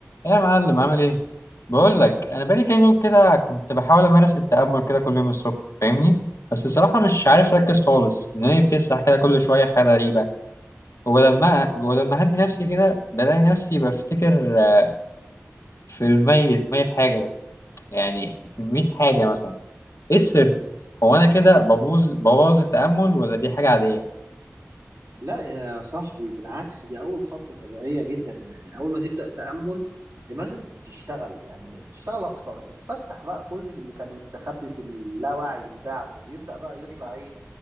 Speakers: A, on the left; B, on the right.
A: يا معلم عامل ايه؟ بقول لك انا بقالي كام يوم كده كنت بحاول امارس التأمل كده كل يوم الصبح فاهمني؟ بس الصراحة مش عارف اركز خالص دماغي بتسرح كده كل شوية في حاجة غريبة وبدل ما بدل ما اهدي نفسي كده بلاقي نفسي بفتكر آه، في الميت ميت حاجة يعني في ميت حاجة مثلا ايه السر؟ هو انا كده ببوظ ببوظ التأمل ولا دي حاجة عادية؟
B: لا يا صاحبي بالعكس دي أول خطوة طبيعية جدا يعني أول ما تبدأ تأمل دماغك بتشتغل يعني بتشتغل أكتر بتفتح بقى كل اللي كان مستخبي في اللاوعي بتاعك وبيبدأ بقى يطلع إيه